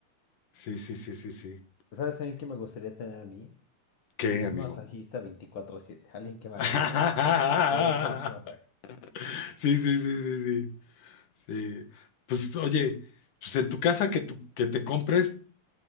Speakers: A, on the left; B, on the left.
A: Sí, sí, sí, sí, sí.
B: ¿Sabes también que me gustaría tener a mí?
A: ¿Qué,
B: Un
A: amigo?
B: masajista veinticuatro siete, alguien que me
A: <laughs>
B: haga masaje. Me gusta mucho el masaje.
A: Sí, sí, sí, sí, sí. Sí. Pues oye, pues en tu casa que, tú- que te compres,